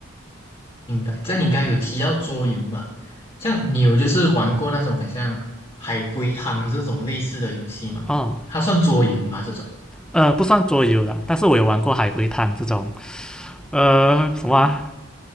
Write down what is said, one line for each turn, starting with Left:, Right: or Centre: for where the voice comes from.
Left: 明白。像你刚刚有提到桌游嘛，像你有就是玩过那种很像海龟汤这种类似的游戏吗？
Centre: 啊。
Left: 它算桌游吗？这种？
Centre: 呃，不算桌游啦，但是我有玩过海龟汤这种，呃，什么啊、